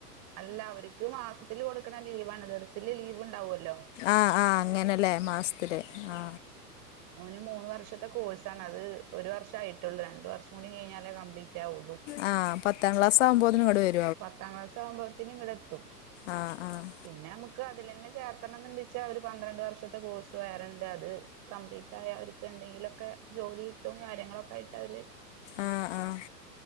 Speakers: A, on the right; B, on the left.
A: അല്ല അവർക്ക് മാസത്തില്ൽ കൊടുക്കണം ലീവാണ് തെർസിില് ലീവ് ഉണ്ടാവല്ലോ
B: ആ ആ അങ്ങനെയല്ലേ മാസത്തില്ൽ ആ
A: ന്ു മൂന്ന് വർഷത്തെ കോഴ്സ് ആണ് അത് ഒരു വർഷം ആയിട്ടുള്ളൂ രണ്ട് വർഷം കൂടി കഴിഞ്ഞാലേ കംപ്ീറ്റ് ആവുള്ളു
B: ആ പത്താം ക്ലാസ് ആകുമ്പോതിനന് കടി വരും
A: പത്താം ക്ലാസ് ആകഭവത്തിന് ഇങ്ങടെ എത്തും
B: ആഹ് ആഹ്
A: പിന്നെ നമുക്ക് അതിലന്നെ ചേർത്തണംന്ന്ണ്ടെച്ചാ അവര് പന്ത്രണ്ട് വർഷത്തെ കോഴ്സ് വേറണ്ട് അത് കംപ്ലീറ്റ് ആ അവർക്ക് എന്തെങ്കിലുമൊക്കെ ജോലി കിട്ടും കാര്യങ്ങളൊക്കെ ആയിട്ട് അവര്
B: ആഹ ആഹ